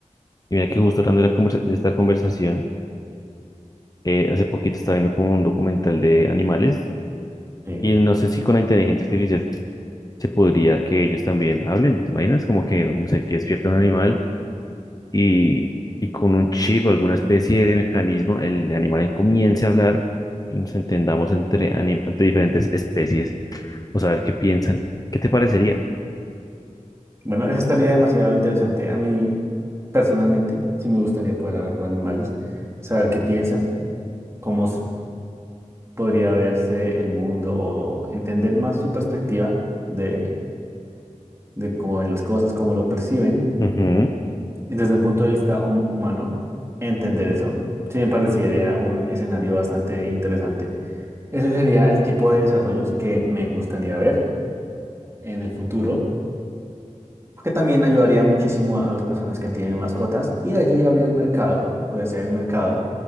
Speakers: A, on the left; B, on the right.
A: Y mira que justo hablando de, la conversa- de esta conversación, eh, hace poquito estaba viendo como un documental de animales.
B: Sí.
A: Y no sé si con la inteligencia artificial se podría que ellos también hablen. ¿Te imaginas? Como que, no sé, que despierta un animal y, y con un chip o alguna especie de mecanismo, el animal comience a hablar y nos entendamos entre, anim- entre diferentes especies o saber qué piensan. ¿Qué te parecería?
B: Bueno, eso estaría demasiado interesante. A mí, personalmente, sí me gustaría poder hablar con animales, saber qué piensan, cómo s- podría verse el mundo o entender más su perspectiva de, de cómo ven las cosas, cómo lo perciben.
A: Ujú.
B: Y desde un punto de vista hum- humano, entender eso, sí me parecería un escenario bastante interesante. Ese sería el tipo de desarrollos que me gustaría ver en el futuro, porque también ayudaría muchísimo a las personas que tienen mascotas y de allí abrir el mercado, puede ser el mercado